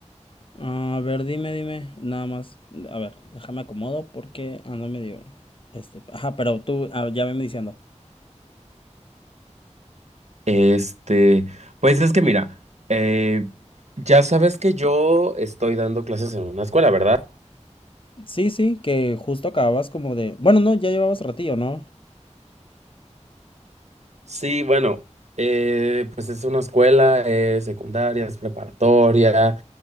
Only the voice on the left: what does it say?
A ver, dime, dime, nada más. A ver, déjame acomodo porque ando medio, este, ajá, pero tú ah, ya venme diciendo.
Sí, sí, que justo acababas como de, bueno, no, ya llevabas ratillo, ¿no?